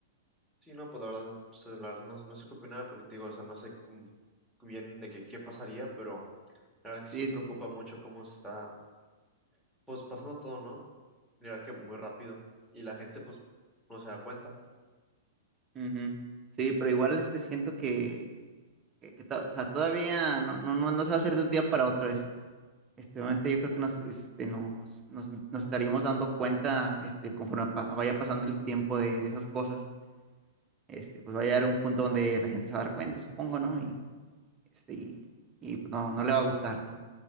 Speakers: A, in the centre; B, on the right.
A: Sí, no, pues la verdad, pues, la verdad no, no sé qué opinar porque te digo, o sea, no sé cómo bien de que qué pasaría, pero la verdad que sí
B: Sí,
A: preocupa
B: es que.
A: mucho cómo se está, pues pasando todo, ¿no? La verdad que muy rápido y la gente pues no se da cuenta,
B: ujú. Sí, pero igual este, siento que, que- que to- o sea, todavía no, no, no, no se va a hacer de un día para otro eso. Este obviamente yo creo que nos, este, nos, nos, nos estaríamos dando cuenta este, conforme pa- vaya pasando el tiempo de, de esas cosas. Este, pues va a llegar un punto donde la gente se va a dar cuenta, supongo, ¿no? Y, este, y, y, pues no, no le va a gustar, ¿no?